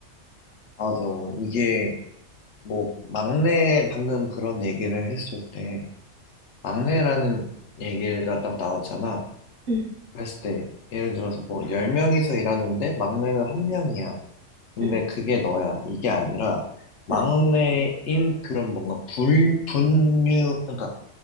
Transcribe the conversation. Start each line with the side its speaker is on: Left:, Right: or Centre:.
Left: 맞아. 이게 뭐 막내, 방금 그런 얘기를 했을 때 막내라는 얘기가 딱 나왔잖아.
Right: 응,
Left: 그랬을 때 예를 들어서 뭐 10명이서 일하는데 막내는 한 명이야. 근데
Right: 응,
Left: 그게 너야. 이게 아니라 막내인
Right: 응,
Left: 그런 뭔가 불, 분류, 그러니까